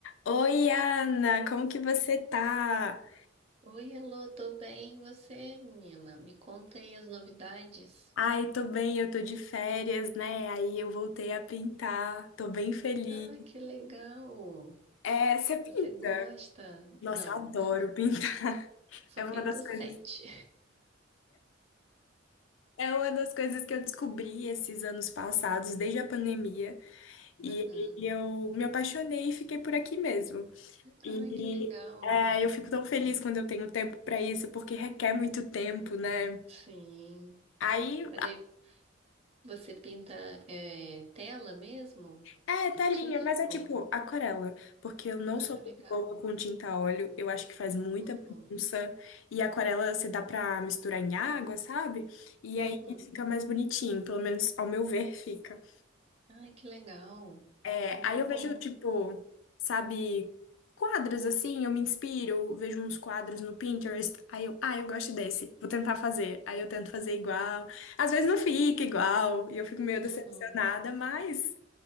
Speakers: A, on the left (about 80°); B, on the right (about 30°).
A: Oi, Ana, como que você tá?
B: Oi, Elô, tô bem. E Você, menina? Me conta aí as novidades.
A: Ai, tô bem, eu tô de férias, né? Aí eu voltei a pintar, tô bem feliz.
B: Ah, que legal!
A: É, você pinta?
B: Você gosta?
A: Nossa,
B: Não,
A: eu adoro pintar. <laughs>
B: só
A: É
B: pinto
A: uma das coisas,
B: sete.
A: é uma das coisas que eu descobri esses anos passados, desde a pandemia, e
B: Aham.
A: aí eu me apaixonei e fiquei por aqui mesmo. E
B: Ai, que legal!
A: é, eu fico tão feliz quando eu tenho tempo pra isso, porque requer muito tempo, né?
B: Sim.
A: Aí,
B: Mas aí você pinta é, tela mesmo?
A: É, telinha,
B: Artístico?
A: mas é tipo aquarela, porque eu não
B: Ah,
A: sou muito
B: legal.
A: boa com tinta a óleo, eu acho que faz muita
B: Uhum.
A: bagunça, e aquarela você dá pra misturar em água, sabe? E
B: Uhum.
A: aí fica mais bonitinho, pelo menos ao meu ver fica.
B: Ai, que legal!
A: É,
B: Muito
A: aí eu
B: bom.
A: vejo, tipo, sabe, quadros assim, eu me inspiro, vejo uns quadros no Pinterest, aí eu, ah, eu gosto desse, vou tentar fazer. Aí eu tento fazer igual, às vezes não fica igual, e eu fico meio decepcionada,
B: Uhum.
A: mas.